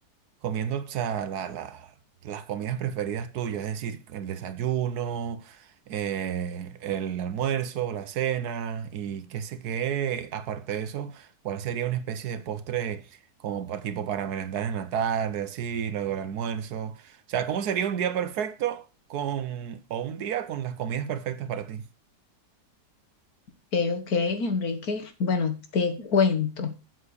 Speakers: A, on the right; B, on the left.
A: comiendo, o sea, la- la- las comidas preferidas tuyas, es decir, el desayuno, eh, el almuerzo, la cena y qué sé qué, aparte de eso, ¿cuál sería una especie de postre como pa- tipo para merendar en la tarde, así, luego el almuerzo? O sea, ¿cómo sería un día perfecto con, o un día con las comidas perfectas para ti?
B: ok, ok, Enrique. Bueno, te cuento